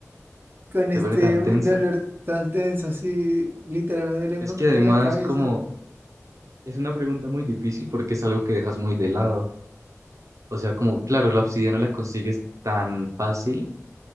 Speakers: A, on the right; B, on the right.
A: con este
B: Te pone tan tensa.
A: dolor tan tenso, así literal me duele
B: Es
A: un poquito
B: que además
A: la cabeza.
B: como es una pregunta muy difícil porque es algo que dejas muy de lado. O sea, como claro, la obsidiana la consigues tan fácil,